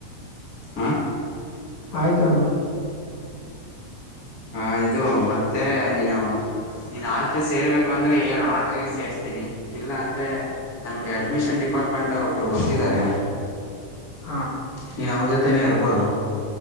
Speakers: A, on the left; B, on the left.
A: ಹಾ
B: ಆಯ್ತ ಅಣ್ಣಾ
A: ಹಾ ಇದು ಮತ್ತೆ ನೀನು ನೀನ್ ಹಾಸ್ಟೆಲ್ ಗೆ ಸೇರ್ಬೇಕು ಅಂದ್ರೆ ಹೇಳು ಹಾಸ್ಟೆಲ್ ಗೆ ಸೇರಸ್ತಿನಿ ಇಲ್ಲಾ ಅಂದ್ರೆ ಅಂದರೆ ನಮಗೆ ಅಡ್ಮಿಷನ್ ಡಿಪಾರ್ಟ್ಮೆಂಟರೊಬ್ಬರು ಗೊತ್ತಿದ್ದಾರೆ.
B: ಹಾ
A: ನೀನು ಅವ್ರ ಜೊತೆೇ ಇರಬಹುದು